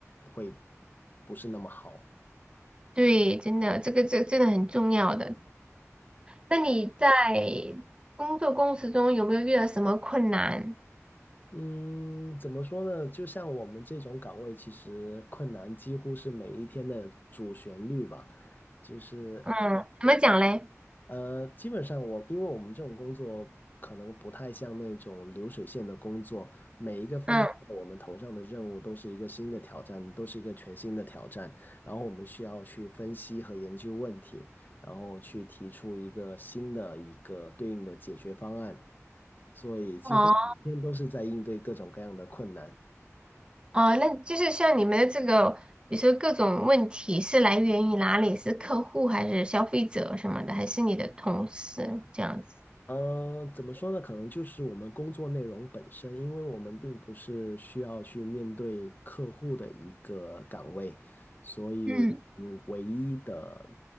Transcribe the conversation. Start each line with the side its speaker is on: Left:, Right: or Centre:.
Left: 会不是那么好。
Right: 对，真的，这个这真的很重要的。那你在工作过程中有没有遇到什么困难？
Left: 嗯，怎么说呢？就像我们这种岗位，其实困难几乎是每一天的主旋律吧。就是
Right: 嗯，怎么讲嘞？
Left: 呃，基本上我，因为我们这种工作可能不太像那种流水线的工作，每一个分配到我们头上的任务都是一个新的挑战，
Right: 嗯，
Left: 都是一个全新的挑战。然后我们需要去分析和研究问题，然后去提出一个新的一个对应的解决方案。所以几乎每天都是在应对各种各样的困难。
Right: 哦哦，那就是像你们的这个，比如说各种问题是来源于哪里？是客户还是消费者什么的，还是你的同事这样子？
Left: 嗯，怎么说呢？可能就是我们工作内容本身，因为我们并不是需要去面对客户的一个岗位，所以我们唯一的
Right: 嗯。